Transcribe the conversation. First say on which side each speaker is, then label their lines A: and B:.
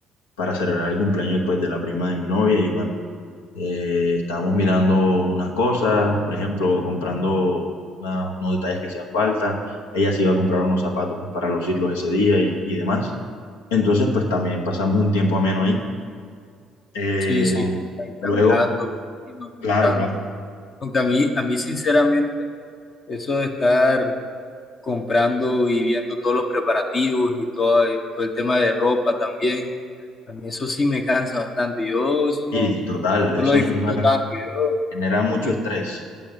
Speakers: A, on the left; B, on the left.
A: para celebrar el cumpleaños pues, de la prima de mi novia y bueno, eh, estábamos mirando unas cosas, por ejemplo, comprando una- unos detalles que hacían falta, ella se iba a comprar unos zapatos pues, para lucirlos ese día y, y demás. Entonces, pues también pasamos un tiempo ameno ahí. Eh,
B: sí, sí. Ahí
A: luego,
B: caminando, yendo, comprando.
A: claro, claro.
B: Aunque a mí, a mí sinceramente, eso de estar comprando y viendo todos los preparativos y todo, y todo el tema de ropa también, a mí eso sí me cansa bastante. Yo eso
A: Y
B: no,
A: total, eso
B: no lo disfruto
A: genera
B: tanto. Yo
A: genera mucho
B: lo,
A: estrés.
B: mm,